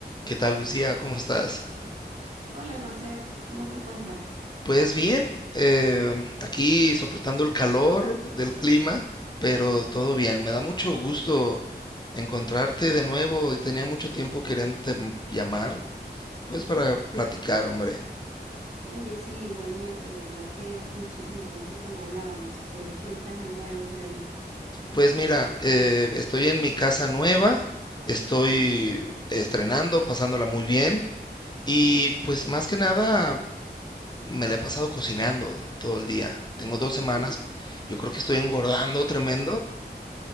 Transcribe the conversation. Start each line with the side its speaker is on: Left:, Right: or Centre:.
Left: ¿Qué tal, Lucía? ¿Cómo estás?
Right: Hola Ramsés, ¿cómo te encuentras?
Left: Pues bien, eh, aquí soportando el calor del clima, pero todo bien. Me da mucho gusto encontrarte de nuevo y tenía mucho tiempo queriéndote m- llamar, pues para platicar, hombre.
Right: Oye, sí, igualmente, de verdad que hace muchísimo tiempo que no hablábamos, ¿Qué cuentas de nuevo por allí.
Left: Pues mira, eh, estoy en mi casa nueva, estoy estrenando, pasándola muy bien y pues más que nada me la he pasado cocinando todo el día. Tengo dos semanas,
Right: Mm,
Left: yo creo que estoy engordando tremendo.